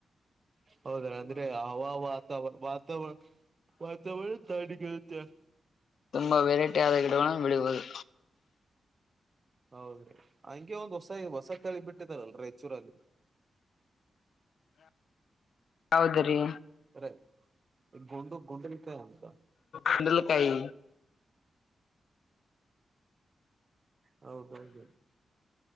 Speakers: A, on the right; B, on the left.
A: ಹೌದ ಅಂದ್ರೆ ಹ ವಾತಾವರಣ ವಾತಾವರಣ ವಾತಾವರಣ ತಣ್ಣಗಿರುತ್ತೆ
B: ತುಂಬಾ ವೆರೈಟಿ ಗಿಡದ ಗಡಗವನ್ನು ಬಿಳುವುದು.
A: ಹೌದ್ರಿ ಹಂಗೆ ಒಂದ್ ಹೊಸ ಹೊಸ ತಳಿ ಬಿಟ್ಟಿದಾರಲ್ ರೈತ ಚೂರಲ್ಲಿ
B: ಹೌದ್ರಿ
A: ಅರ ಗೋಂಡು ಗೋಂಡ ಇತ ಆಂತ.
B: ಕುಂಡಲಕಾಯಿ
A: ಹೌದದು